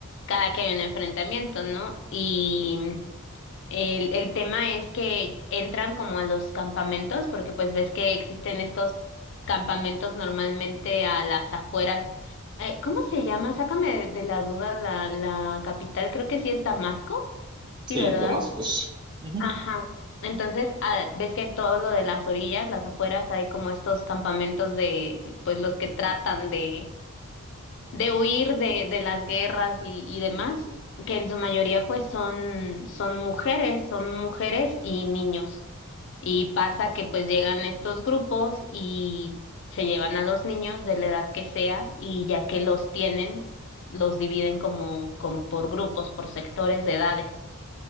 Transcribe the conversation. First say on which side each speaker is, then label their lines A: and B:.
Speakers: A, on the left (about 55°); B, on the right (about 20°).
A: cada que hay un enfrentamiento, ¿no? Y el, el tema es que entran como a los campamentos, porque pues ves que existen estos campamentos normalmente a las afueras. Eh, ¿cómo se llama? Sácame de, de la duda la, la capital, creo que sí es Damasco,
B: Sí,
A: sí, ¿verdad?
B: Damascus. Ujú.
A: Ajá. Entonces, ah, ves que en todo lo de las orillas, las afueras, hay como estos campamentos de, pues los que tratan de, de huir de, de las guerras y, y demás, que en su mayoría pues son, son mujeres, son mujeres y niños. Y pasa que pues llegan estos grupos y se llevan a los niños de la edad que sea y ya que los tienen, los dividen como, como por grupos, por sectores de edades.